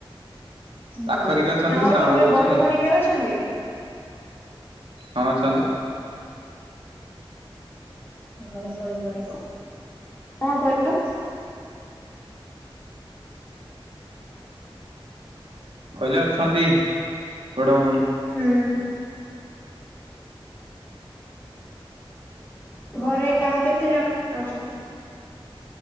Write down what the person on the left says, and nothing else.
ଯାଉ
ଆଉ
ତମର
ବଡ
ଭଉଣୀ କିଏ ଅଛନ୍ତି?
ଘରେିବ କଣ କହିବ।
ହୁଁ। ଘରେ ଆଉ କେତେ ଜଣ ଅଛନ୍ତି?